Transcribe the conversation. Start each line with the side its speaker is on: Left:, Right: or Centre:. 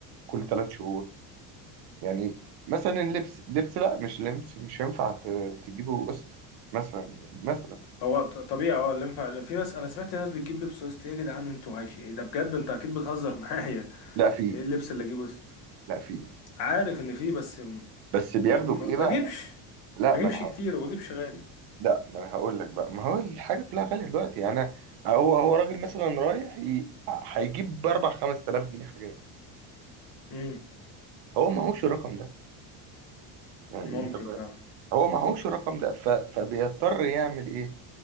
Right: كل ثلاث شهور يعني مثلا اللبس لبس لا مش لبس مش هينفع ت- تجيبه قسط مثلا مثلا
Left: هو ط- طبيعي أه اللي ينفع في ناس أنا سمعت ناس بتجيب لبس وسط يا جدعان أنتوا عايش إيه ده بجد أنت أكيد بتهزر <laughs> معايا
Right: لا في
Left: إيه اللبس اللي أجيبه وسط
Right: لا في
Left: عارف إن فيه بس م-
Right: بس بياخدوا
Left: م-
Right: بايه بقى
Left: ما أجيبش
Right: لا
Left: ما
Right: ما
Left: أجيبش
Right: انا ه-
Left: كتير وما أجيبش غالي
Right: لا ما انا هقول لك بقى ما هو الحاجه كلها غاليه دلوقتي يعني أنا- هو هو راجل مثلا رايح ي- هيجيب ب 4 5000 جنيه حاجات
Left: مم،
Right: هو معهوش الرقم ده يعني
Left: ممكن
Right: انت فاهم
Left: فعلا
Right: هو معهوش الرقم ده ف... فبيضطر يعمل ايه